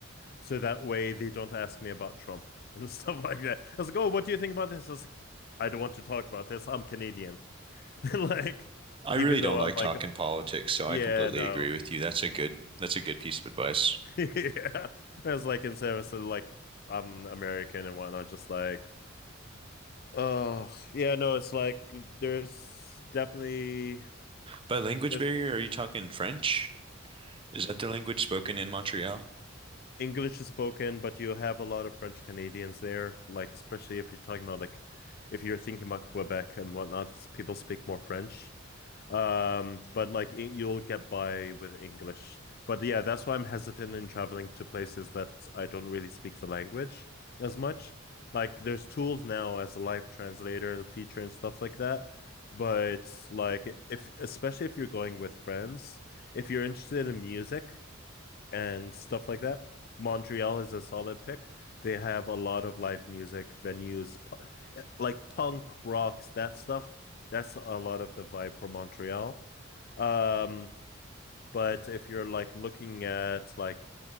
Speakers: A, on the left; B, on the right.
A: so that way they don't ask me about Trump <laughs> and stuff like that. I was like, oh, what do you think about this? I was like, I don't want to talk about this. I'm Canadian. <laughs> Like,
B: I really
A: even
B: don't
A: though
B: like
A: I'm like,
B: talking politics, so
A: yeah,
B: I completely
A: no,
B: agree with you. That's a good that's a good piece of advice.
A: <laughs> yeah. I was like in service of like I'm American and whatnot, just like, oh yeah, no, it's like there's definitely
B: By language
A: this.
B: barrier, are you talking French? Is that the language spoken in Montreal?
A: English is spoken, but you have a lot of French Canadians there, like especially if you're talking about like if you're thinking about Quebec and whatnot, s- people speak more French. Um, but like i- you'll get by with English. But yeah, that's why I'm hesitant in traveling to places that I don't really speak the language as much. Like there's tools now as a live translator, feature and stuff like that. But like if especially if you're going with friends, if you're interested in music and stuff like that. Montreal is a solid pick. They have a lot of live music venues, pu- eh, like punk rocks, that stuff. That's a lot of the vibe for Montreal. Um, but if you're like looking at like